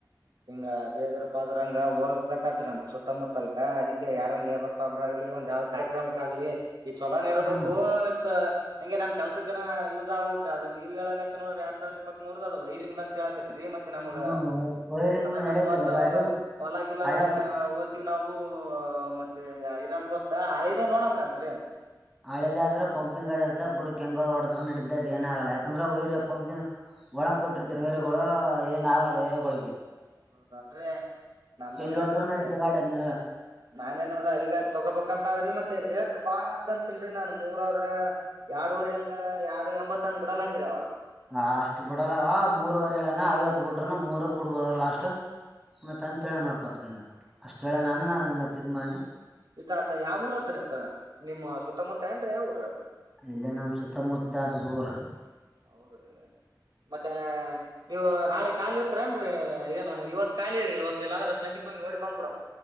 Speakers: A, on the right; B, in the centre.
A: ಹಿಂಗ ದೇದರ ಪಾದ್ರಂಗ ಹೋಗ ಬೇಕತ್ರಿ ನಮ್ ಸುತ್ತಮುತ್ತಲ್ಕ ಅದಕ್ಕೆ ಯಾರ ಲೇಬರ್ ಪಾಬರ್ ಆಗ್ಲಿ ಒಂದ್ ಯಾವ್ದ್ ಕಾರ್ಯಕ್ರಮಕ್ ಆಗ್ಲಿ ಈ ಚಛಲೋನ ಇರಬೇಕು
B: ಹ್ಮ್
A: ವಿತ್ ಹಂಗೆ ನಮ ಕೆಲ್ಸಕನ ಯೂಸ್ ಆಗ್ಬೇಕ್ರ ಅದ ನೀ್ ಹೇಳಾ ನ್ರ ಎಡ್ಾವಿರ ಇಪ್ಪತ್ ಮೂರದ ಅದ ವೈರಿಂಗ್ ಅಂತ ಹೇಳಕತಿ ರಿ ಮತ್ತೆ ನಮ್ಗ
B: ಹ್ಮ್ ವೈರಿಂಗ್
A: ಅದ್ ಅಕಸ್ಮಾತ್
B: ನಡೆಯಂಗಿಲ್ಲ ಗಾಡಿ
A: ಹೊಲಾಗಿಲ್ಲ
B: ಹಳೆ
A: ಇತೀವಿ ನಾವು ಮತ್ತೆ ಇರರಣ್ ಬೋದ್ದ ಆಐ್ದೇ ನೋಡಮ್ರಿ ಅತ್ರಿ
B: ಹಳೆದಾದ್ರೆ ಪಂಪಿಿನ ಗಡರ್ದ ಬುಡು ಕೆಂಗ ಹೊಡೆಡದರು ನಡಿದ್ದದು ಏನಾಗಲ್ಲ ಯಾಕಂದ್ರೆ ವೈರಿ ಪಂಪಿಿನ ಒಳ ಕೊಟ್ಟಿರ್ತೇನ ವೇರಗಳು ಏನು ಆಗಲ್ಲ ವೇರಗಳಿಗೆ
A: ಹೌದ ಅಂದ್ರೆ ನಮಗೇನ್
B: ಎಲ್ಲಿ ಹೊಡದ್ರ
A: ಅಷ್ಟೆ
B: ನಡಿದ್ದ ಗಾಡಿ ಅದ್
A: ನಾನೇಏನಾದ್ರ ಹಳಿ ಗಾಡಿ ತಗೋಬೇಕಂತ ಆದ್ರಿ ಮತ್ತೆೀ ಬಾಳ ಅತ್ಂತ ತಿನ್ರಿ ನಾನ್ ಮೂರ ಆದ್ರ ಎರಡುವರೆ ಹಂಗ ಎರಡ್ ಎಂಬತ್ತಂಗ್ ಬಿಡಲ್ಲನ್್ರಿ ಅವ
B: ಅ ಅಷ್ಟ್ ಬಿಡಲ್ಲವ ಮೂರವರೆ ಹೇಳನ ಐವತ್ತು ಬಿಡ್ರನ ಮೂರಕ್ ಬಿಡ್ಬೋದಾರ ಲಾಸ್ಟ್ ಮತ್ತ ಅಂತ ಹೇಳ ನೋಡ್ಪಾತ್ ನಿನಗ್ ಅಷ್ಟ ಹೇಳ ನಾನ ನ ಮತ್ತ ಇದ್ ಮಾಡ್ನಿ
A: ಇತ ಆತ ಯಾವ ಊರತ್ರಿತ ನಿಮ್ಮ್ ಸುತ್ತಮುತ್ತ ಏನ್್ರ ಯಾವ ಊರತ್
B: ಇಲ್ಲ ನಮ ಸುತ್ತಮುತ್ತಾದ ದೂರ
A: ಹೌದ್ರಿ ಮತ್ತೆ ನೀವು ನಾಳೆ ಖಾಲಿತ್ತು ೇನ್ೀ ಏನ್ ಇವತ್ ಕಾಲಿರಿ ಇವತ್ತ ಇಲ್ಲಾ್ರೆ ಸಂಜೆ ಕಯ್ ನೋಡಿ ಬಂದ್ಬ ಬಿಡ